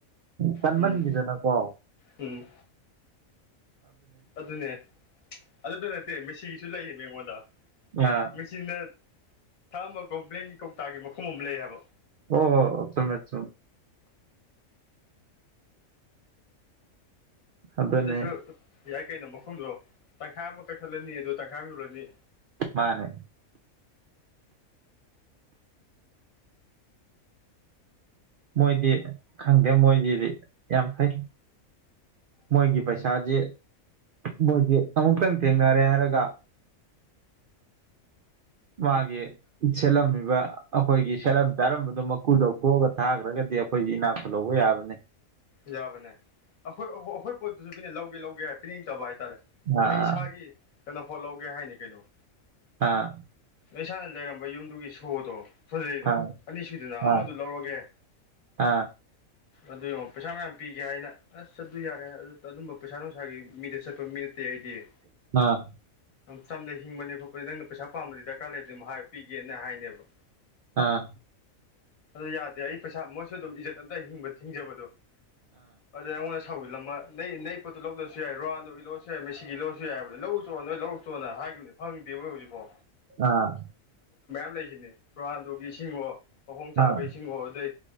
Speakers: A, on the right; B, on the left.
A: ꯀꯟꯃꯟꯈꯤꯗꯅ
B: ꯎꯝ
A: ꯀꯣ
B: ꯎꯝ ꯑꯗꯨꯅꯦ ꯑꯗꯨꯗ ꯅꯠꯇꯦ ꯃꯦꯁꯤꯒꯤꯁꯨ ꯂꯩꯌꯦ ꯃꯉꯣꯟꯗ
A: ꯑꯥ
B: ꯃꯆꯤꯅ ꯊꯥꯛꯑꯝꯕ ꯒꯣꯝꯕ꯭ꯂꯂꯦꯝꯒꯤ ꯀꯧꯇꯥꯒꯤ ꯃꯈꯨꯝ ꯑꯃ ꯂꯩ ꯍꯥꯏꯕ
A: ꯑꯣ ꯍꯣ ꯆꯨꯝꯃꯦ ꯆꯨꯝꯃꯦ ꯑꯗꯨꯅꯦ
B: ꯑꯗꯨꯁꯨ ꯌꯥꯏ ꯀꯩꯅꯣ ꯃꯐꯝꯗꯣ ꯇꯪꯈꯥꯏ ꯑꯃ ꯀꯛꯊꯠꯂꯅꯤ ꯑꯗꯨ ꯇꯪꯈꯥ ꯌꯨꯔꯅꯤ
A: ꯃꯥꯅꯦ ꯃꯣꯏꯗꯤ ꯈꯪꯗꯦ ꯃꯣꯏꯗꯤꯗꯤ ꯌꯥꯝ ꯐꯩ ꯃꯣꯏꯒꯤ ꯄꯩꯁꯥꯁꯤ ꯃꯣꯏꯁꯤ ꯑꯃꯨꯛꯇꯪ ꯊꯦꯡꯅꯔꯦ ꯍꯥꯏꯔꯒ ꯃꯥꯒꯤ ꯁꯦꯠꯂꯝꯃꯤꯕ ꯑꯩꯈꯣꯏꯒꯤ ꯁꯦꯠꯂꯝ ꯆꯥꯔꯝꯕꯗꯨꯣ ꯃꯀꯨꯗꯊꯣꯛꯑꯒ ꯊꯥꯈ꯭ꯔꯒꯗꯤ ꯗꯤ ꯑꯩꯈꯣꯏꯒꯤ ꯏꯅꯥꯛ ꯈꯨ ꯂꯧꯕ ꯌꯥꯕꯅꯦ
B: ꯌꯥꯕꯅꯦ ꯑꯩꯈꯣꯏ ꯑꯩꯈꯣꯏ ꯄꯣꯠꯇꯨꯁꯨ ꯄꯤꯅꯦ ꯂꯧꯒꯦ ꯂꯧꯒꯦ ꯍꯥꯏ ꯄꯤꯅꯤꯡꯗꯕ ꯍꯥꯏꯦ ꯍꯥꯏ ꯇꯔꯦ
A: ꯑꯥ
B: ꯑꯩ ꯏꯁꯥꯒꯤ ꯀꯩꯅꯣꯐꯣꯠ ꯂꯧꯒꯦ ꯍꯥꯏꯅꯤ ꯀꯩꯅꯣ
A: ꯑꯥ
B: ꯏꯁꯥꯅ ꯂꯩꯔꯝꯕ ꯌꯨꯝꯗꯨꯒꯤ ꯁꯣꯗꯣ ꯁꯣꯖꯩꯗꯣ
A: ꯑꯥ
B: ꯑꯅꯤꯁꯤꯗꯨꯅ ꯑꯃꯗꯨ
A: ꯑꯥ
B: ꯂꯧꯔꯒꯦ
A: ꯑꯥ
B: ꯑꯗꯨ ꯌꯦꯉ ꯄꯩꯁꯥ ꯃꯌꯥꯝ ꯄꯤꯒꯦ ꯍꯥꯏꯅ ꯑꯁ ꯆꯠꯂ ꯌꯥꯔꯦ ꯑꯗꯨ ꯑꯗꯨꯝꯕ ꯄꯩꯁꯥ ꯅꯨꯡꯁꯥꯒꯤ ꯃꯤꯗ ꯆꯠꯄ ꯃꯤ ꯅꯠꯇꯦ ꯑꯩꯗꯤ
A: ꯑꯥ
B: ꯆꯗ ꯍꯤꯡꯕꯅꯦ ꯈ ꯑꯣꯏ ꯅꯪꯅ ꯄꯩꯁꯥ ꯄꯥꯝꯕꯗꯤ ꯗꯔꯀꯥꯔ ꯂꯩꯗꯤ ꯑꯗꯨꯝ ꯍꯥꯏꯌꯕ ꯄꯤꯒꯦꯅ ꯍꯥꯏꯅꯦꯕ
A: ꯑꯥ
B: ꯑꯗꯨ ꯌꯥꯗꯦ ꯑꯩ ꯄꯩꯁꯥ ꯃꯣꯏꯁꯨ ꯑꯗꯨꯝ ꯏꯖꯠ ꯑꯝꯇ ꯍꯤꯡꯕ ꯊꯤꯡꯖꯕꯗꯣ ꯑꯗꯨꯗꯩ ꯑꯩꯉꯣꯟꯗ ꯁꯧꯜꯂꯝꯃ ꯅꯩ ꯄꯣꯠꯇ ꯂꯧꯗꯕꯁꯨ ꯌꯥꯏ ꯔꯣꯅꯥꯥꯟꯗꯣꯒꯤ ꯂꯧꯔꯁꯨ ꯌꯥꯏ ꯃꯦꯁꯤꯒꯤ ꯂꯧꯔꯁꯨ ꯌꯥꯏꯕ ꯂꯧꯔꯨ ꯆꯣ ꯅꯣꯏ ꯂꯧꯔꯨ ꯆꯣꯅ ꯍꯥꯏ ꯍꯥꯏꯈꯤꯕꯅꯦ ꯐꯪꯗꯦꯕꯣꯏ ꯍꯧꯖꯤꯛꯐꯣ
A: ꯑꯥ
B: ꯂꯩꯁꯤꯅꯦ ꯔꯣꯍꯥꯟꯗꯣꯒꯤ ꯏꯁꯤꯡꯉꯣ ꯃꯈꯍꯣꯡ ꯆꯥꯝꯕ
A: ꯑꯥ ꯑꯥ
B: ꯏꯁꯤꯡꯉꯣ ꯑꯗꯩ